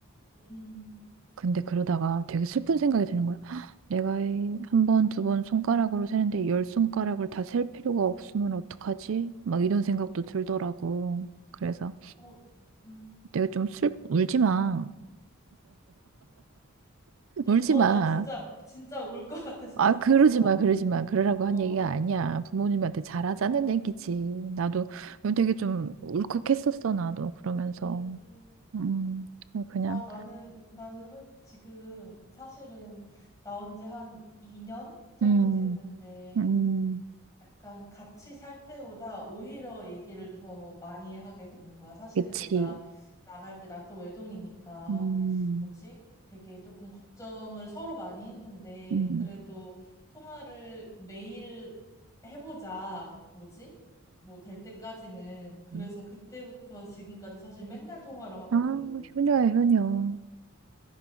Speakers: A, on the left (about 15°); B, on the right (about 65°).
A: 음.
B: 근데 그러다가 되게 슬픈 생각이 드는 거야. "헉, 내가 이 한 번, 두 번 손가락으로 세는데 열 손가락을 다 셀 필요가 없으면 어떡하지? 막 이런 생각도 들더라고. 그래서
A: 어, 음,
B: 내가 좀 슬, 울지 마.
A: 음.
B: 울지
A: 어,
B: 마.
A: 나 진짜, 진짜 울 것 같았었어,
B: 아, 그러지
A: 방금.
B: 마, 그러지 마. 그러라고
A: 어,
B: 한 얘기가 아니야. 부모님한테 잘하자는
A: 어,
B: 얘기지. 나도 되게 좀 울컥했었어, 나도. 그러면서.
A: 음, 음.
B: 음, 그냥,
A: 아, 나는, 나는 솔, 지금 사실은 나온 지 한 2년 정도
B: 음,
A: 됐는데,
B: 음,
A: 약간 같이 살 때보다 오히려 얘기를 더 많이 하게 되는 거야. 사실은
B: 그치.
A: 내가 나갈 때 난 또 외동이니까
B: 음,
A: 뭐지? 되게 조금 걱정을 서로 많이 했는데
B: 음,
A: 그래도 통화를 매일 해보자. 뭐지? 뭐 될 때까지는. 그래서
B: 음.
A: 그때부터 지금까지 사실 맨날 통화를 하거든.
B: 아, 효녀야, 효녀.